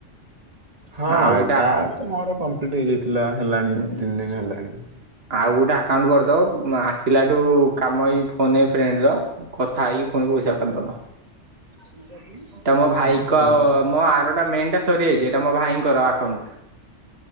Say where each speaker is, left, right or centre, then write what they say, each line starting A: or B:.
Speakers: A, on the right; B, on the right.
A: ହଁ
B: ଆଉ
A: ଏଟା
B: ଗୋଟେ
A: ତ ମୋର କମ୍ପ୍ଲିଟ ହେଇଯାଇଥିଲା ହେଲାଣି
B: ହୁଁ
A: ତିନି ଦିନ ହେଲାଣି।
B: ଆଉ ଗୋଟେ ଆକାଉଣ୍ଟ କରିଦବ ଆସିଲାଠୁ କାମ ଏଇ ଫୋନ ଏ ଫ୍ରେଣ୍ଡ ର ଉ କଥା ହେଇକି ପୁଣି ପଇସା କରିଦେବ।
A: <unintelligible>
B: ଏଟା ମୋ ଭାଇକ
A: ହେଲେ
B: ମୋ ଆରଟା ମେନ୍ ଟା ସରିଯାଇଛି ଏଟା ମୋ ଭାଇଙ୍କର ଆକାଉଣ୍ଡଟା।